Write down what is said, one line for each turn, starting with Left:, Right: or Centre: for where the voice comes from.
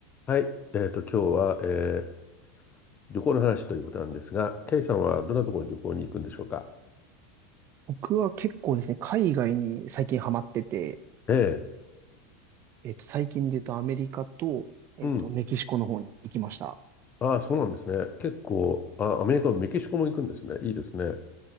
Left: はい、えーと、今日は、えー旅行の話ということなんですが、ケイさんはどんなところに旅行に行くんでしょうか
Right: 僕は結構ですね、海外に最近ハマってて、
Left: ええ、
Right: えっと、最近で言うとアメリカと、えっと、
Left: うん。
Right: メキシコの方に行きました。
Left: ああ、そうなんですね。結構、あ、アメリカもメキシコも行くんですね。いいですね。